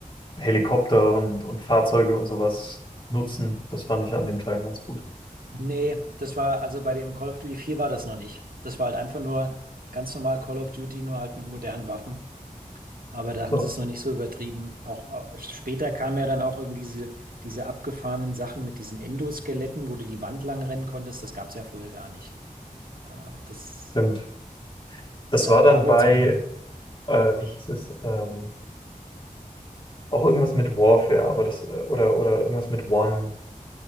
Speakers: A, on the left; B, on the right.
A: Helikopter und, und Fahrzeuge und sowas nutzen. Das fand ich an dem Teil ganz gut.
B: Nee, das war, also bei dem Call of Duty 4 war das noch nicht. Das war halt einfach nur ganz normal Call of Duty, nur halt mit modernen Waffen. Aber da
A: So,
B: haben sie es noch nicht so übertrieben. Auch, auch später kamen ja dann auch irgendwie diese, diese abgefahrenen Sachen mit diesen Endoskeletten, wo du die Wand lang rennen konntest. Das gab es ja früher gar nicht. Äh, das,
A: stimmt. Das
B: da,
A: war dann
B: da wurde
A: bei,
B: es mit.
A: äh, wie hieß es, ähm, auch irgendwas mit Warfare, aber das, äh, oder, oder irgendwas mit One,